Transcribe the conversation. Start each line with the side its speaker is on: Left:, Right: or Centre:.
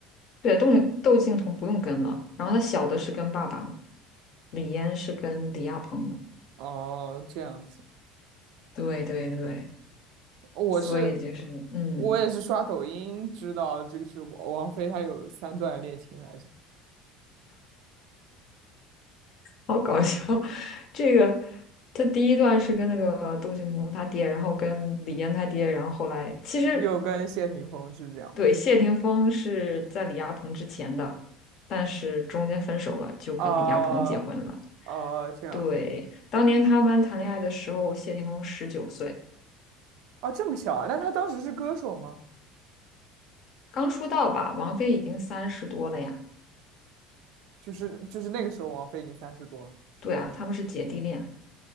Left: 对，窦窦靖童不用跟了，然后他小的是跟爸爸嘛，李嫣是跟李亚鹏的。
Right: 哦，这样子，
Left: 对对对，
Right: 我是
Left: 所以就是嗯，
Right: 我也是刷抖音知道这个是王王菲，她有三段恋情来着，
Left: 好搞笑。<laughs> 这个他第一段是跟那个窦靖童他爹，然后跟李嫣他爹，然后后来其实
Right: 又跟谢霆锋是这样吗？
Left: 对，谢霆锋是在李亚鹏之前的，但是中间分手了，就跟李亚鹏结婚了。
Right: 啊、啊，这样
Left: 对，当年他们谈恋爱的时候，谢霆锋十九岁，
Right: 啊，这么小啊？那她当时是歌手吗？
Left: 刚出道吧，王菲已经三十多了呀。
Right: 就是就是那个时候王菲已经三十多了，
Left: 对啊，他们是姐弟恋，好